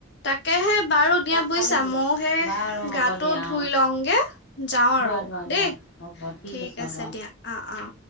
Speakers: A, on the left; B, on the left.
A: তাকেহে বাৰু দিয়া
B: চব
A: বুইছে
B: ফালে বিঘা
A: ময়ো সেই,
B: বাৰু
A: গাটো
B: হ'ব দিয়া
A: ধুই
B: অ
A: লওঁগে। যাওঁ
B: ধোৱা
A: আৰু
B: ধোৱা ধোৱা
A: দেই,
B: হ'ব
A: ঠিক আছে
B: হ'ব
A: দিয়া অ', অ'।